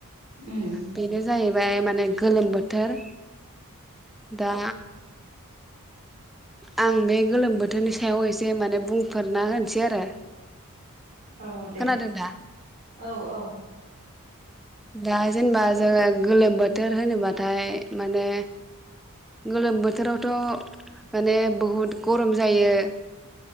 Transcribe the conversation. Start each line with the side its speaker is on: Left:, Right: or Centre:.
Right: उम
Centre: बेनो जाहै जायमाने गोलोम बोथोर दा आं बे गोलोम बोथोरनि सायाव एसे माने बुंफोरना होनोसै आरो
Right: औ दे
Centre: खोनादों दा
Right: औ औ <inaudible>
Centre: दा जेनेबा जोङो गोलोम बोथोर होनोबाथाय माने गोलोम बोथोरावथ' माने बहुद गरम जायो